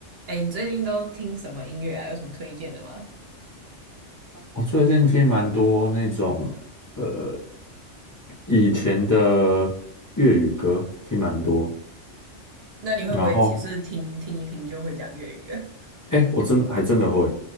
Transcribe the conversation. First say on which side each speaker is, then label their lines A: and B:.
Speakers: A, on the right; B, on the left.
A: 哎，你最近都听什么音乐啊？有什么推荐的吗？
B: 我最近听蛮多那种呃以前的粤语歌，听蛮多。
A: 那你会不会只是听听一听就会讲粤语了
B: 然后，哎，我真还真的会